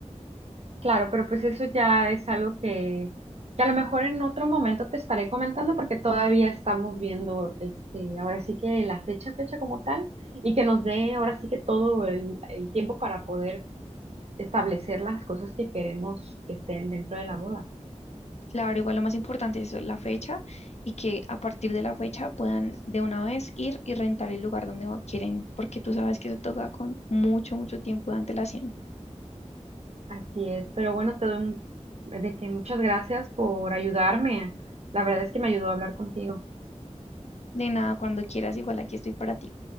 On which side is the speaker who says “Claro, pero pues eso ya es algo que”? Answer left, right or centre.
Right